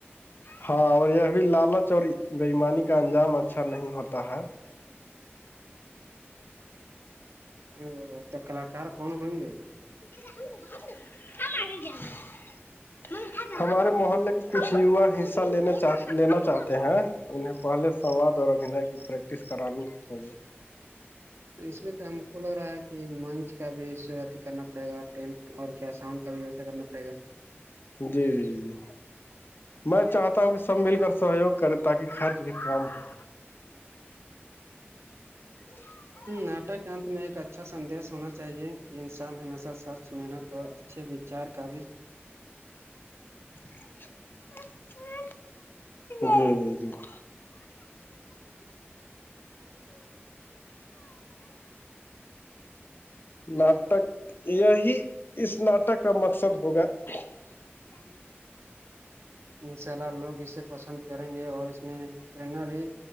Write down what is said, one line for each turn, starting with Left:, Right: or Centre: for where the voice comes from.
Left: ہاں اور یہ ابھی لال چووری بئیمانی کا انجام اچھا نہیں ہوتا ہے
Right: او تو کلاکار کون ہئیں گے
Left: <inaudible> ہمارے محلے کے کچھ یوا حصہ لا چاہ لینا چاہتے ہیں انہیں پہلے سواد اور ابھین کی پریکٹس کرانی ہوگی
Right: تو اس میں تو ہم کو لگ رہا ہے کہ منچ کا بھی اھی کرنا پڑے گا ٹینٹ اور کیا ساؤنڈ کا بھی ویوا کرنا پڑے گا
Left: جی جی جی میں چاہتا ہوں کہ سب مل کر سہیوگ کرے تاکہ خرچ بھی کم ہو <inaudible>
Right: ناٹک انت میں ایک اچھا سندیش ہونا چاہیے کہ انسان ہمیشہ سچ محنت اور اچھے وچار کا بھی
Left: <inaudible> جی جی جی <inaudible> ناٹک یہی اس ناٹک کا مقصد ہوگا <inaudible>
Right: انشاء اللہ لوگ اسے پسند کریں گے اور اس میں نا بھی